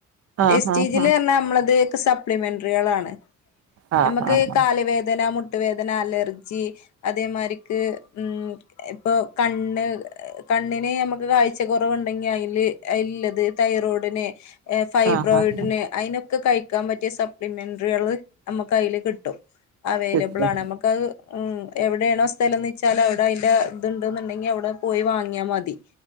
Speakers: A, on the right; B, on the left.
A: ആഹ്
B: എസ്
A: ആഹ്
B: ടി ജി ല് അർണാ ഞമ്മളത് ഒക്കെ സപ്ലിമെൻറികളാണ്
A: ആഹ് ആഹ്
B: ഞമ്മക്ക്
A: ആഹ്
B: കാല് വേദന മുട്ട് വേദന അലർജി അതേമാരിക്ക് ഉം ഇപ്പൊ കണ്ണ് കണ്ണിന് ഞമ്മക്ക് കാഴ്ച കൊറവ് ഇണ്ടെങ്ങി ഐല് ഇല്ലത് തൈറോഡിന് ഏഹ് ഫൈബ്രോയിഡ്ന്
A: ആഹ് ആഹ്
B: ഐനൊക്കെ കയിക്കാം പറ്റിയ സപ്ലിമെൻറികള് അമ്മക്ക് ഐല് കിട്ടും അവേലെബ്ളാണ്
A: കിട്ടും
B: അമ്മക്കത് ഉം എവിടെയേണോ സ്ഥലംന്ന് വെച്ചാല് അവടെ ഐന്റെ ഇത്ണ്ട്ന്ന് ഇണ്ടെങ്ങെ അവ്ടെ പോയി വാങ്ങിയാ മതി